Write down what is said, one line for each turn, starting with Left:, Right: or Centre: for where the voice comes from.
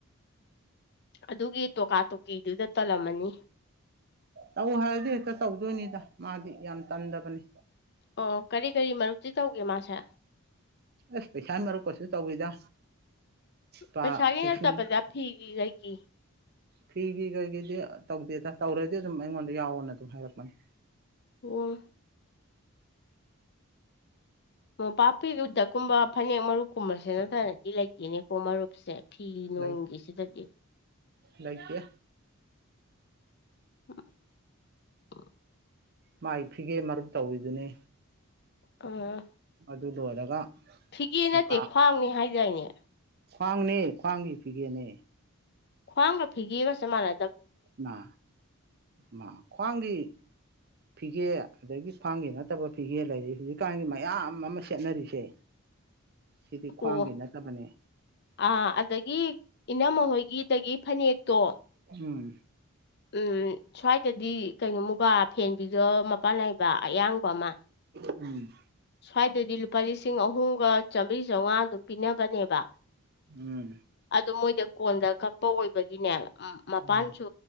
Left: ꯑꯗꯨꯒꯤ ꯇꯣꯀꯥ ꯇꯣꯀꯤꯗꯨꯗ ꯇꯜꯂꯝꯃꯅꯤ
Right: ꯇꯧ ꯍꯥꯏꯔꯗꯤ ꯍꯦꯛꯇ ꯇꯧꯗꯣꯏꯅꯤꯗ ꯃꯥꯗꯤ ꯌꯥꯝ ꯇꯟꯗꯕꯅꯤ
Left: ꯑꯣ ꯀꯔꯤ ꯀꯔꯤ ꯃꯔꯨꯞꯇꯤ ꯇꯧꯒꯦ ꯃꯥꯁꯦ
Right: ꯑꯁ ꯃꯔꯨꯞꯀꯁꯨ ꯇꯧꯏꯗ ꯄ
Left: ꯄꯩꯁꯥꯒꯤ
Right: ꯂꯤꯁꯤꯡ
Left: ꯅꯠꯇꯕꯗ ꯐꯤꯒꯤ ꯀꯩꯒꯤ
Right: ꯐꯤꯒꯤ ꯀꯩꯒꯤꯗꯤ ꯑꯗꯨꯝ ꯇꯧꯗꯦꯗ ꯇꯧꯔꯗꯤ ꯑꯗꯨꯝ ꯑꯩꯉꯣꯟꯗ ꯌꯥꯎꯑꯣꯅ ꯑꯗꯨꯝ ꯍꯥꯏꯔꯛꯄꯅꯤ
Left: ꯑꯣ ꯃꯣꯝꯄꯥꯛ ꯐꯤ ꯎꯗꯛꯀꯨꯝꯕ ꯐꯅꯦꯛ ꯃꯔꯨꯞꯀꯨꯝꯕꯁꯦ ꯅꯠꯇꯗꯤ ꯂꯩꯇꯦꯅꯦꯀꯣ ꯃꯔꯨꯞꯁꯦ ꯐꯤꯅꯣꯡꯒꯤ
Right: ꯂꯩ
Left: ꯁꯤ ꯗꯗꯤ
Right: ꯂꯩꯇꯦ
Left: ꯑꯟꯑꯣꯗꯤꯕꯜ
Right: ꯃꯥꯏ ꯐꯤꯒꯦ ꯃꯔꯨꯞ ꯇꯧꯏꯗꯨꯅꯦ
Left: ꯑꯝ
Right: ꯑꯗꯨ ꯂꯣꯏꯔꯒ
Left: ꯐꯤꯒꯦ ꯅꯠꯇꯦ
Right: ꯃꯨꯀꯥ
Left: ꯈ꯭ꯋꯥꯡꯅꯦ ꯍꯥꯏꯗꯥꯏꯅꯦ
Right: ꯈ꯭ꯋꯥꯡꯅꯦ ꯈ꯭ꯋꯥꯡꯒꯤ ꯐꯤꯒꯦꯅꯦ
Left: ꯈ꯭ꯋꯥꯡ ꯒ ꯐꯤꯒꯦꯒꯁ ꯃꯥꯥꯟꯅ
Right: ꯏꯃꯥ ꯃꯥ ꯈ꯭ꯋꯥꯡꯒꯤ ꯐꯤꯒꯦ ꯑꯗꯒꯤ ꯈ꯭ꯋꯥꯡꯒꯤ ꯅꯠꯇꯕ ꯐꯤꯒꯦ ꯂꯩꯔꯤ ꯍꯧꯖꯤꯛꯀꯥꯟꯒꯤ ꯃꯌꯥꯝ ꯑꯃ ꯁꯦꯠꯅꯔꯤꯁꯦ ꯁꯤꯗꯤ ꯈ꯭ꯋꯥꯡꯒꯤ
Left: ꯑꯣ
Right: ꯅꯠꯇꯕꯅꯦ
Left: ꯑꯥ ꯑꯗꯒꯤ ꯏꯅꯝꯃ ꯍꯣꯏꯒꯤꯗꯒꯤ ꯐꯅꯦꯛꯇꯣ
Right: ꯎꯝ
Left: ꯎꯝ ꯁ꯭ꯋꯥꯏꯗꯗꯤ ꯀꯩꯅꯣ ꯃꯨꯒꯥ ꯐꯦꯟꯕꯤꯗꯣ ꯃꯄꯥꯟ ꯅꯥꯏꯕ ꯑꯌꯥꯡꯕ ꯑꯃ
Right: ꯎꯝ
Left: ꯁ꯭ꯋꯥꯏꯗꯗꯤ ꯂꯨꯄꯥ ꯂꯤꯁꯤꯡ ꯑꯍꯨꯝꯒ ꯆꯥꯝꯃꯔꯤ ꯆꯥꯝꯃꯉꯥ ꯑꯗꯨꯝ ꯄꯤꯅꯕꯅꯦꯕ
Right: ꯎꯝ
Left: ꯑꯗꯨ ꯃꯣꯏꯗ ꯀꯣꯟꯗ ꯀꯛꯄ ꯑꯣꯏꯕꯒꯤꯅꯦ ꯑꯝ ꯃꯄꯥꯟꯁꯨ
Right: ꯎꯝ